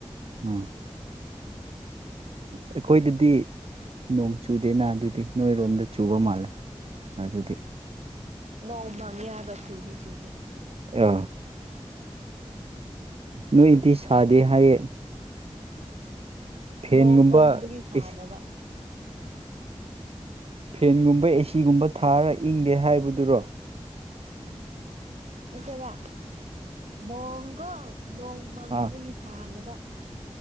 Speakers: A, on the right; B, on the right.
A: ꯎꯝ ꯑꯩꯈꯣꯏꯗꯗꯤ ꯅꯣꯡ ꯆꯨꯗꯦꯅ ꯑꯗꯨꯗꯤ ꯅꯣꯏꯔꯣꯝꯗ ꯆꯨꯕ ꯃꯥꯜꯂꯦ ꯑꯗꯨꯗꯤ
B: ꯅꯣꯡ ꯃꯥꯡꯒꯌꯥ ꯍꯥꯏꯕ ꯆꯨꯗꯤ ꯆꯨꯗꯤ
A: ꯑ ꯅꯣꯏꯗꯤ ꯁꯥꯗꯦ ꯍꯥꯏꯌꯦ ꯐꯦꯟꯒꯨꯝꯕ
B: ꯅꯣꯡ ꯄꯪꯕꯒꯤ ꯁꯥꯗꯕ
A: ꯏꯁ ꯐꯦꯟꯒꯨꯝꯕ ꯑꯦꯁꯤꯒꯨꯝꯕ ꯊꯥꯔ ꯏꯪꯗꯦ ꯍꯥꯏꯕꯗꯨꯔꯣ
B: ꯅꯠꯇꯦꯕ ꯅꯣꯡ ꯀꯣ ꯅꯣꯡ ꯃꯪꯕꯒꯤ
A: ꯑꯥ
B: ꯁꯥꯅꯕ